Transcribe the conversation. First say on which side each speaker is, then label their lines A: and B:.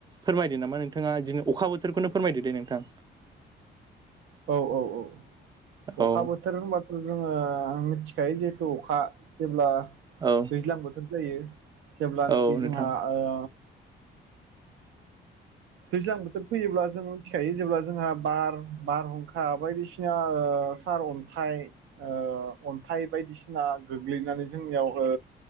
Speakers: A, on the right (about 20°); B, on the right (about 80°).
A: फोरमायदो नामा नोंथां ङा दिनै अखा बोथोरखौनो फोरमायदो दे नोंथां
B: औ औ औ अखा
A: औ
B: बोथोर होनबाथ' जोङो आं मिथि खायो जिहेथु अखा जेब्ला
A: औ
B: दैज्लां बोथोर जायो जेब्लानोखि
A: औ नोंथां
B: जोंहा ओ दैज्लां बोथोर फैयोब्ला जों मिथिखायो जेब्ला जोंहा बार बारहुंखा बायदिसिना ओ सार अन्थाइ ओ अन्थाइ बायदिसिना गोग्लैनानै जोंनियाव ओ